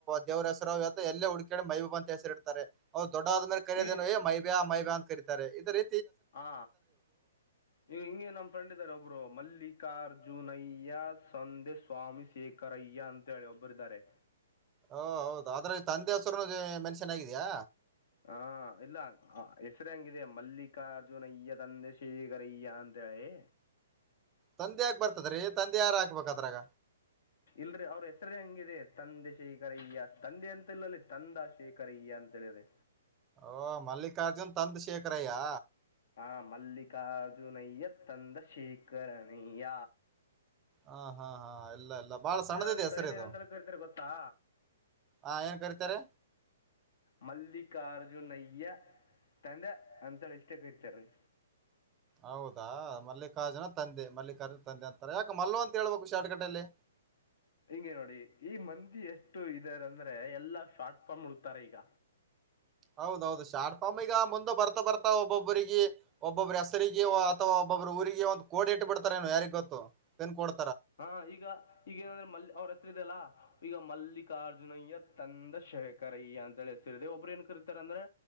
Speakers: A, on the right; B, on the left.
A: ದೇವ್ರ ಹೆಸರು ಎಲ್ಲೇ ಹುಡುಕ ಡೆ ಮೈಬ ಅಂತ ಹೆಸರಿ ಇಡ್ತಾರೆ ದೊಡ್ಡಾದ ಆದೇ ಕರೆಯದೇನು
B: ಈ
A: ಮೈಬ್ಯಾ ಮೈಬ್ಯಾ ಅಂತ ಕರೀತಾರೆ ಇದರೀ
B: ಹಾ ಈ ಹಿಂಗೆ ನಮ್ ಫ್ರೆಂಡ್ ಇದ್ದಾರೆ ಒಬ್ರು ಮಲ್ಲಿಕ್ ಚಲ್ಲಿಕಾರ್ಜುನಯ್ಯ ಸಂಧೆ ಸ್ವಾಮಿ ಶೇಖರಯ್ಯ ಅಂತ ಹೇಳಿ ಒಬ್ಬರಿದ್ದಾರೆ
A: ಓ ಹೌದ ಆದ್ರೆ ತಂದೆ ಹಸರನು ಮೆನ್ಷನ್ ಆಗಿದಯಾ
B: ಹಾ ಇಲ್ಲ ಹೆಸರು ಹಂಗಿದೆ ಮಲ್ಲಿಕಾರ್ಜುನಯ್ಯ ತಂದೆ ಶೇಖರ ಅಯ್ಯ ಅಂತೇಳಿ
A: ತಂದೆ ಆಗ್ ಬರ್ತದ್ರಿ ತಂದೆ ಯಾರ ಹಾಕ್ಬೇಕದ್ರಾಗ
B: ಇಲ್ರಿ ಅವ್ರ ಹೆಸರೇ ಹಂಗಿದೆ ತಂದೆ ಶೇಖರಯ್ಯ ತಂದೆ ಅಂತಿಲ್ಲಲ್ಲಿ ತಂದಾ ಶೇಖರಯ್ಯ ಅಂತ ಹೇಳಿದೆ
A: ಓ ಮಲ್ಲಿಕಾರ್ಜುನ್ ತಂದಶೇಖರಯಾ
B: ಹಾ ಮಲ್ಲಿಕಾರ್ಜುನಯ್ಯ ತಂದಶೇಖರಣಯ್ಯ
A: ಹಾ ಹಾ ಹಾ ಇಲ್ಲ ಇಲ್ಲ ಬಾಳ ಸಣ್ಣದಿದೆ
B: ಅವ್ನಿಗೆ
A: ಹೆಸರ
B: ಕರಿಯೋದು
A: ಇದು
B: ಏನಂತೇಳಿ ಕರಿತಾರೆ ಗೊತ್ತಾ
A: ಹ ಏನ್ ಕರಿತಾರೆ
B: ಮಲ್ಲಿಕಾರ್ಜುನ ಅಯ್ಯ ತಂದೆ ಅಂತ ಇಷ್ಟಕ್ಕತಾರೀ
A: ಹೌದಾ ಮಲ್ಲಿಕಾರ್ಜುನ ತಂದೆ ಮಲ್ಲಿಕಾರ್ಜುನ ತಂದೆ ಅಂತಾರೆ ಯಾಕ ಮಲ್ಲು ಅಂತ ಹೇಳ್ಬೇಕು ಶಾರ್ಟ್ಕಟೆಯಲ್ಲಿ
B: ಹಿಂಗಗೆ ನೋಡಿ ಈ ಮಂದಿ ಎಷ್ಟು ಇದಾರಂದ್ರೆ ಎಲ್ಲಾ ಶಾರ್ಟ್ಫಾರ್ಮ್ ಉಡಕ್ತಾರೆ ಈಗ
A: ಹೌದೌದು ಶಾರ್ಟ್ ಫಾರ್ಮ್ ಈಗ ಮುಂದ ಬರ್ತಾ ಬರ್ತಾ ಒಬ್ಬೊಬ್ಬ್ರಿಗೆ ಒಬ್ಬೊಬ್ಬ್ರ ಹೆಸರಿಗೆ ಅಥವಾ ಒಬ್ಬೊಬ್್ರ ಊರಿಗೆ ಒಂದ್ ಕೋಡಿ ಇಟ್ಟು ಬಿಡ್ತಾರೇ ಯಾರಿಗ್ ಗೊತ್ತು ಪಿನ್ ಕೊಡ್
B: ಹಾ ಈಗ ಈಗ ಏನಂದ್ರೆ ಮಲ್ ಅವ್ರ ಹೆಸರುದೆಲ್ಲ ಈಗ ಮಲ್ಲಿಕಾರ್ಜುನಯ್ಯ ತಂದ ಶೇಖರಯ್ಯ ಅಂತ ಹೇಳಿ ಹೇಳ ಒಬ್ಬರು ಏನ್ ಕರೀತಾರೆ ಅಂದ್ರೆ